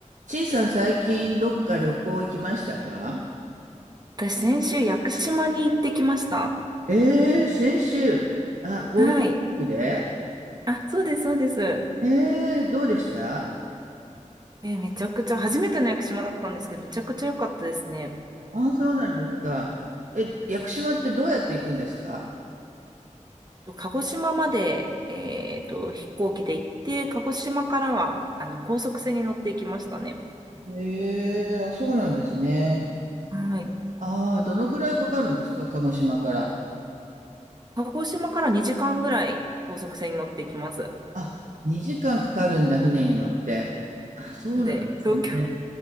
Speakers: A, on the right (about 75°); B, on the right (about 30°).
A: ちいさん、最近どっか旅行行きましたか
B: 私、先週、屋久島に行ってきました。
A: ええー先週、あ、ゴールデンウィークで
B: はい。あ、そうです、そうです。
A: ええーどうでした
B: えーめちゃくちゃ、初めての屋久島だったんですけど、めちゃくちゃ良かったですね。
A: あ、そうなんですか。え、屋久島ってどうやって行くんですか
B: と鹿児島まで、えーと、飛行機で行って、鹿児島からは、あの、高速船に乗っていきましたね。
A: ええーあ、そうなんですね。
B: はい。
A: ああ、どのぐらいかかるんですか鹿児島から。
B: 鹿児島から2時間ぐらい高速船に乗っていきます。
A: あ、2時間かかるんだ、船に乗って。あ、そうなんですね。
B: なんで、東京、